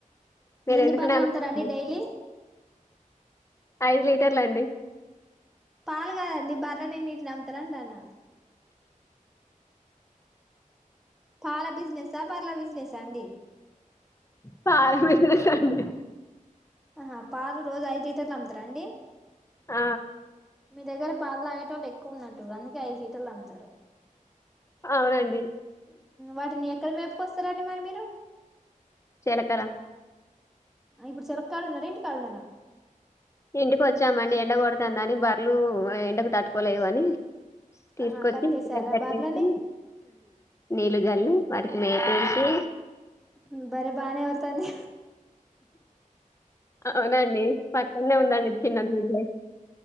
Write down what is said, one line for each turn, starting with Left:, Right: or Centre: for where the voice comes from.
Left: మీరు
Centre: ఎన్ని
Left: ఎందుకు
Centre: బాటిళ్లు
Left: నవ్వారండి
Centre: అమ్తారండి డైలీ
Left: ఐదు లీటర్లు అండి
Centre: పాల్ కాదండి బర్రె నిండి నమ్తరండానా పాల బిజినెస్సా బర్లె బిజినెసా అండి
Left: పాల బిజినెస్ అండీ
Centre: ఆహా పాలు రోజు ఐదు లీటర్లు అమ్ముతరాండి
Left: ఆ
Centre: మీ దగ్గర పాలు తాగేటోల్లూ ఎక్కువ ఉన్నట్ అందుకే ఐదు లీటర్లు అమ్ముతారు
Left: అవునండి
Centre: వాటిని ఎక్కడ మేపుకొస్తారు అండి మరి మీరు
Left: చేలకర
Centre: ఇప్పుడు చెరు కాడున్నారా ఇన్టి కాడున్నార
Left: ఇంటికి వచ్చామండి ఎండ కొడతా ఉందని బర్రలు ఎండకు తట్టుకోలేవు అని తీసుకొచ్చిసి
Centre: ఆహా కట్టేసారా బర్లని
Left: నీళ్లు జల్లి రేటేంటి
Centre: బర్రె బానే ఓర్రుతంది
Left: అవునండి పక్కనే ఉందండి చిన్న దూడ్లే.